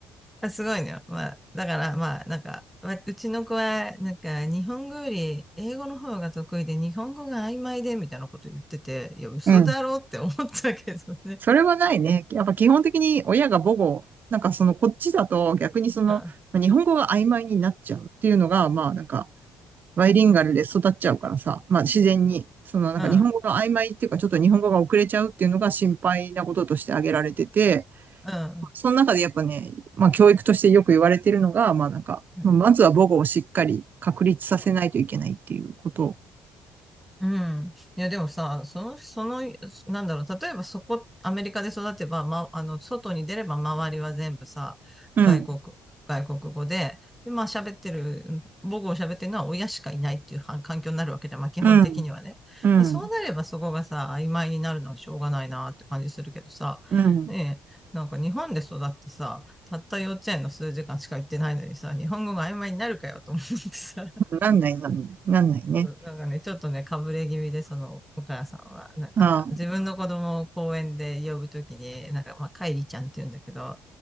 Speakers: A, in the centre; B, on the right.
A: まあ、すごいのよ。まあ、だから、まあ、なんか、まあうちの子は、なんか、日本語より英語の方が得意で、日本語が曖昧で、みたいなこと言ってて、いや、嘘だろって思ったけどね。
B: うん。それはないね。やっぱ基本的に親が母語、なんかそのこっちだと逆にそのまあ日本語が曖昧になっちゃうっていうのが、
A: うん、
B: まあなんかバイリンガルで育っちゃうからさ、まあ自然に、そのなんか日本語が曖昧っていうかちょっと日本語が遅れちゃうっていうのが心配なこととして挙げられてて、
A: うん、うん、
B: その中でやっぱね、まあ教育としてよく言われてるのが、まあなんか、
A: うん。
B: まあまずは母語をしっかり確立させないといけないっていうこと。
A: うんうん。いや、でもさ、その、その、なんだろう、例えばそこ、アメリカで育てば、ま、あの、外に出れば周りは全部さ、
B: うん、
A: 外国、外国語で、で、まあ喋ってる、母語を喋ってるのは親しかいないっていうは環境になるわけじゃん、まあ基本的にはね。
B: うん、うん、
A: まあそうなればそこがさ、曖昧になるのはしょうがないなって感じするけどさ、
B: うん。
A: ねえ、なんか日本で育ってさ、たった幼稚園の数時間しか行ってないのにさ、日本語が曖昧になるかよと思ってさ、
B: なんない、なんない、なんないね。
A: うんなんかね、ちょっとね、かぶれ気味で、その、お母さんは、なんか、
B: ああ。
A: 自分の子供を公園で呼ぶときに、なんか、まあ、カイリちゃんって言うんだけど、